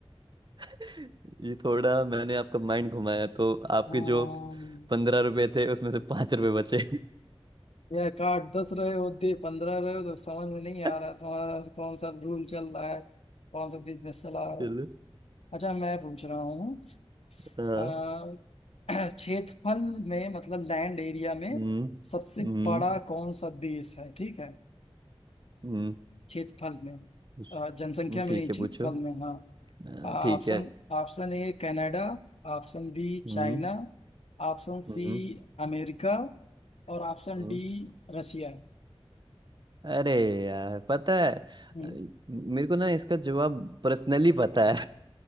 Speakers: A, on the right; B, on the left.
A: <laughs> ये थोड़ा मैंने आपका माइंड घुमाया तो
B: हम्म,
A: आपके जो पंद्रह रुपए थे उसमें से पांच रुपए बचे
B: या एक आठ दस रहे होते पंद्रह रहे हो तो समझ में नहीं आ
A: <laughs>
B: रहा तुम्हारा कौन सा रूल चल रहा है कौन सा बिजनेस चला रहा
A: चलो
B: है अच्छा मैं पूछ रहा हूँ
A: हाँ
B: अ, <clears throat> क्षेत्रफल में मतलब लैंड एरिया में
A: हम्म
B: सबसे
A: हम्म
B: बड़ा कौन सा देश है ठीक है
A: हम्म,
B: क्षेत्रफल में
A: पूछ-
B: अ, जनसंख्या
A: हम्म,
B: में
A: ठीक
B: नहीं क्षेत्रफल
A: है पूछो
B: में हाँ
A: अ, ठीक
B: Option
A: है
B: option A Canada option B
A: हम्म
B: China option C
A: हम्म
B: America और ऑप्शन
A: हम्म
B: डी रशिया
A: अरे यार पता है
B: हम्म
A: अ, मेरे को ना इसका जवाब पर्सनली पता है